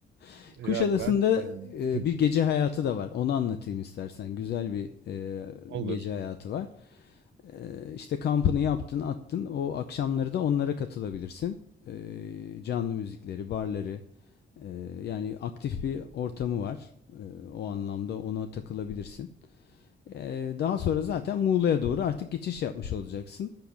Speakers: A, on the left; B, on the right.
A: <laughs> Kuşadası'nda
B: Ya ben e,
A: e,
B: <laughs> hı,
A: bir gece hayatı da var. Onu anlatayım istersen. Güzel bir e,
B: olur.
A: gece hayatı var. E, işte kampını yaptın, attın. O akşamları da onlara katılabilirsin. E, canlı müzikleri, barları. e, yani aktif bir ortamı var. E, o anlamda ona takılabilirsin. Ee, daha sonra zaten Muğla'ya doğru artık geçiş yapmış olacaksın.